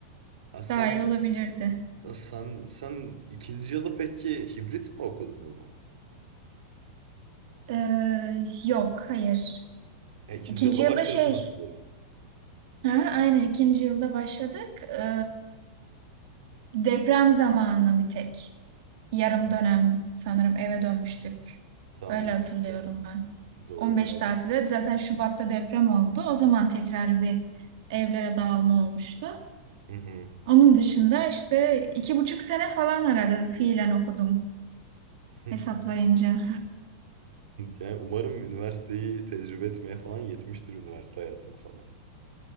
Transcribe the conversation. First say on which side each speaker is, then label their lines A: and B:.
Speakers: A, on the right; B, on the right.
A: Ha,
B: daha
A: sen
B: iyi olabilirdi.
A: sen sen ikinci yılı peki hibrit mi okudun o zaman?
B: Ee, yok hayır.
A: E, ikinci
B: İkinci
A: yılda
B: yılda
A: başladınız
B: şey
A: siz.
B: ha, aynen ikinci yılda başladık. Ee, deprem zamanı bir tek yarım
A: Hı.
B: dönem sanırım eve dönmüştük.
A: Tamam,
B: Öyle hatırlıyorum
A: tamam.
B: ben.
A: Doğru.
B: 15 tatilde zaten Şubat'ta deprem oldu. O zaman tekrar bir evlere dağılma olmuştu.
A: Hı hı.
B: Onun dışında işte iki buçuk sene falan herhalde fiilen okudum
A: <laughs>
B: hesaplayınca.
A: Yani umarım üniversiteyi tecrübe etmeye falan yetmiştir üniversite hayatını falan.